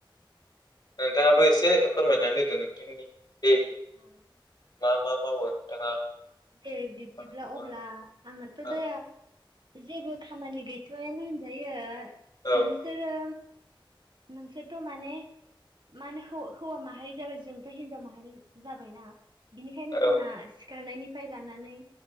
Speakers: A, on the left; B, on the right.
A: नोंथाङाबो एसे फोरमायनानै होदो नोंथांनि देलि
B: औ
A: मा मा मावो नोंथाङा?
B: दे बिब्दिब्ला
A: मा मा
B: अब्ला आंनाथ'
A: औ
B: दा जेबो खामानि गैथ'वानो होनजायो
A: औ
B: नोंसोरो नोंसोरथ' माने मा नो हौ हौवा माहारि जाबाय जोंथ' हिनजाव माहारि जाबायना बिनिखायनो
A: औ
B: जोंना सिखारनायनिफ्राय लानानै